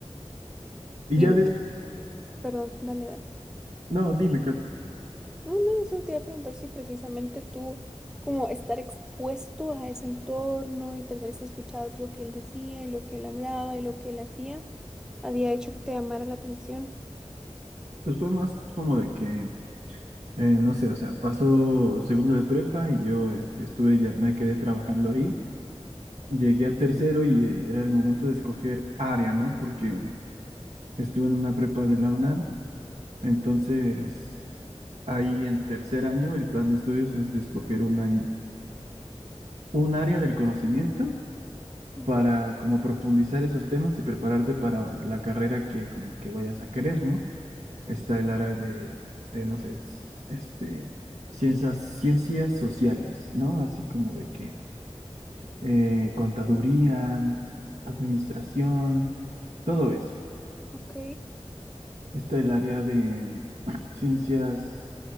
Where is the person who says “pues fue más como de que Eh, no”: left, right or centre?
Right